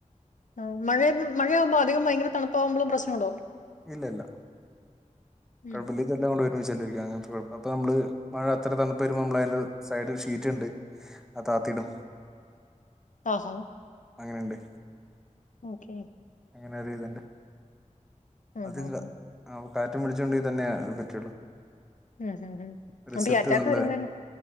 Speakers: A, on the left; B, in the centre.
A: ആ മഴയാവുമ്പോ, അധികം തണുപ്പാവുമ്പോൾ പ്രശ്നമുണ്ടോ?
B: ഇല്ലില്ല <inaudible>
A: ഉം
B: കുഴപ്പമില്ല ഇതെല്ലാംകൂടി - ചിലർക്ക് അങ്ങനത്തെ കുഴപ്പം ഉണ്ട്. സൈഡിൽ ഷീറ്റ്ഉണ്ട് അങ്ങനത്തെ കൊഴപ്പം അപ്പം മഴ അത്ര തണുപ്പ് വരുമ്പോ നമ്മൾ അതിന്റെ സൈഡിൽ ഷീറ്റിണ്ട് അത് താത്തിടും.
A: ആഹ് ആഹ
B: അങ്ങനെണ്ട്
A: ഓക്കെ
B: അങ്ങനെ ഒരിതിണ്ട്
A: ഉം
B: അതില്ല
A: ഉം ഉം
B: ആ കാറ്റും വെളിച്ചൊണ്ടെ തന്നെയാ അത് പറ്റുള്ളൂ
A: ഉം ഹും ഹും
B: റിസൾട്ട്
A: അപ്പൊ ഈ അറ്റാക്ക്
B: നല്ല
A: വരുന്ന